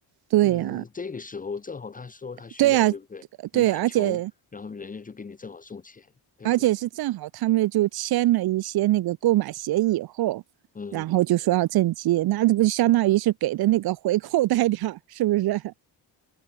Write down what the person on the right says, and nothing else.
对呀、
对呀、
对，而且
而且是正好他们就签了一些那个购买协议以后，
然后就说要赈济，那这不就相当于是给的那个回扣带点儿，是不是？<laughs>